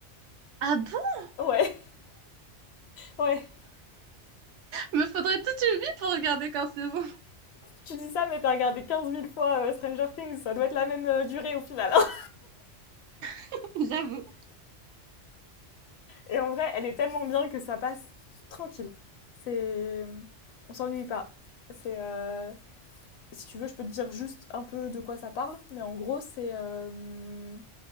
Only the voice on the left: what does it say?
Ouais, ouais.
Tu dis ça, mais t'as regardé quinze mille fois euh, Stranger Things. Ça doit être la même euh, durée au final. hein. <laughs>
Et en vrai, elle est tellement bien que ça passe tranquille. C'est... On s'ennuie pas. C'est... euh, Si tu veux, je peux te dire juste un peu de quoi ça parle, mais en gros, c'est euh,